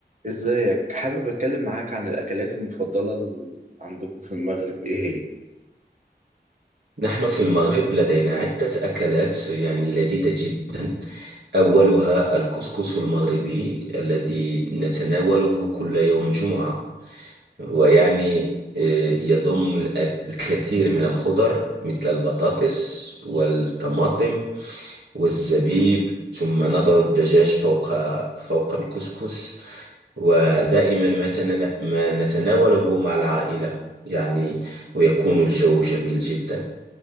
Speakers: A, on the right; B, on the right.
A: ازيك حابب اتكلم معاك عن الاكلات المفضله ال- عندكم في المغرب ايه هي
B: نحن في المغرب لدينا عدة أكلات يعني لذيذة جدا أولها الكسكس المغربي الذي نتناوله كل يوم جمعة ويعني آه، يضم الأك- الكثير من الخضر مثل البطاطس والطماطم والزبيب ثم نضع الدجاج فوق فوق الكسكس ودائما ما تن- ما نتناوله مع العائلة يعني ويكون الجو جميل جدا